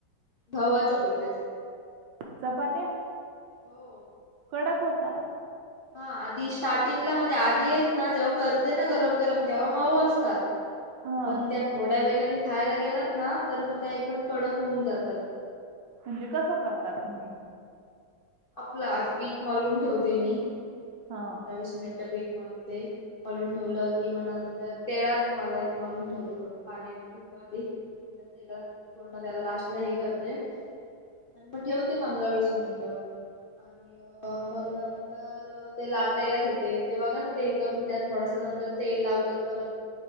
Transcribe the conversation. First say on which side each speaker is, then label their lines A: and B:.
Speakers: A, on the left (about 40°); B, on the right (about 70°).
A: गव्हाच्या पिठाच्या
B: चपात्या
A: हो
B: कडक होतात.
A: हा आधी स्टार्टिंगला म्हणजे आधी आहेत ना जेव्हा करते ना गरम-गरम तेव्हा माऊ असतात
B: हा
A: पण त्या थोड्या वेलाने खायला गेलात ना तर मग त्या एकदम कडक होऊन जातात.
B: म्हणजे कसं करताात तुम्ही?
A: आपलं आता पीक मलून ठेवते मी
B: हा
A: पंधरा वीस मिनिट ते पीठ मलते मलून ठेवलं की मग नंतर तेळात मला मलून ठेवते पूर्ण पाणी--ते त्यो अधिक नंतर तेलात पूर्ण त्याला लास्टला हे करते आणि मग ठेवते पंधरा वीस मिनिटं आणि मग नंतर ते लाटायला घेते ते बघा ना, ते हे करून त्यात थोडस नंतर तेल लावतात, परत